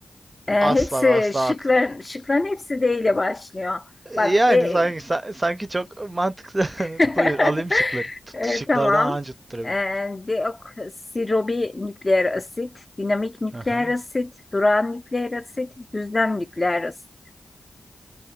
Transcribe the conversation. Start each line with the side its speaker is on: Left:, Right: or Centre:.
Left: E,
Right: asla
Left: hepsi
Right: ve asla
Left: şıkların,
Right: aklım.
Left: şıkların hepsi D ile başlıyor.
Right: E,
Left: Bak
Right: Yani
Left: D.
Right: sanki sa- sanki çok mantıklı <laughs>
Left: <laughs>
Right: Buyur alayım şıkları. Tut,
Left: E,
Right: şıklardan
Left: tamam.
Right: anca tutturabilirim.
Left: E, deoksiribonükleer asit, dinamik nükleer
Right: Aha.
Left: asit, durağan nükleer asit, düzlem nükleer asit.